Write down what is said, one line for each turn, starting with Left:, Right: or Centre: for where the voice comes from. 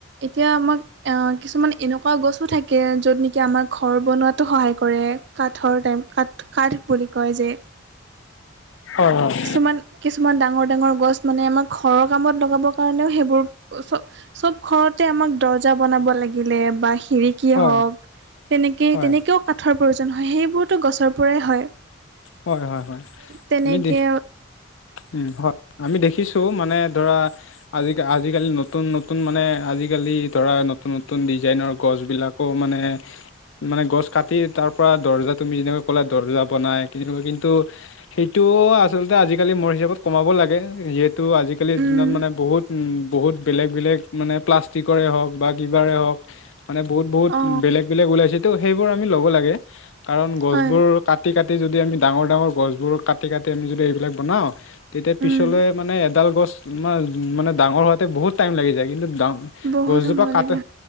Right: এতিয়া আমাক অ কিছুমান এনেকুৱা গছো থাকে য'ত নেকি আমাক ঘৰ বনোৱোটো সহায় কৰে কাট কাঠৰ টাইম কাঠ কাঠ বুলি কয় যে
Left: হয়, হয়, হয়
Right: কিছুমান কিছুমান ডাঙৰ ডাঙৰ গছ মানে আমাৰ ঘৰৰ কামত লগাবৰ কাৰণেও সেইবোৰ চব চব ঘৰতে আমাক দৰ্জা বনাব লাগিলে বা খিৰি কিয়ে
Left: হয়
Right: হওক
Left: হয়
Right: তেনেকেই
Left: হয়
Right: তেনেকৈও কাঠৰ প্ৰয়োজন হয় সেইবোৰতো গছৰ পৰাই হয়
Left: হয় হয় হয়
Right: তেনেকে
Left: যদি উম হয় আমি দেখিছো মানে ধৰা আজি আজিকালি নতুন নতুন মানে আজিকালি ধৰা নতুন নতুন ডিজাইনৰ গছ বিলাক আকৌ মানে মানে গছ কাটি তাৰ পৰা দৰ্জা তুমি যেনেকৈ কলা দৰ্জা বনাই সেনেকুৱা কিন্তু সেইটো আচলতে আজিকালি মোৰ হিচাপত কমাব লাগে যিহেতু তো আজিকালিৰ
Right: উম
Left: দিনত মানে বহুত বহুত বেলেগ বেলেগ মানে প্লাষ্টিকৰে হওক বা কিবাৰে হওক মানে বহুত বহুত
Right: অ
Left: বেলেগ বেলেগ ওলাইছে ত' সেইবোৰ আমি ল'ব লাগে কাৰণ গছবোৰ
Right: হয়
Left: কাটি কাটি যদি আমি ডাঙৰ ডাঙৰ গছবোৰ কাটি কাটি আমি যদি এইবিলাক বনাওঁ তেতিয়া
Right: উম
Left: পিছলৈ মানে এডাল গছ মাৰ মানে ডাঙৰ হোৱাতে বহুত টাইম লাগি যায় কিন্তু ডাঙ
Right: বহুত
Left: গছজোপা
Right: সময়
Left: কাটে
Right: লাগে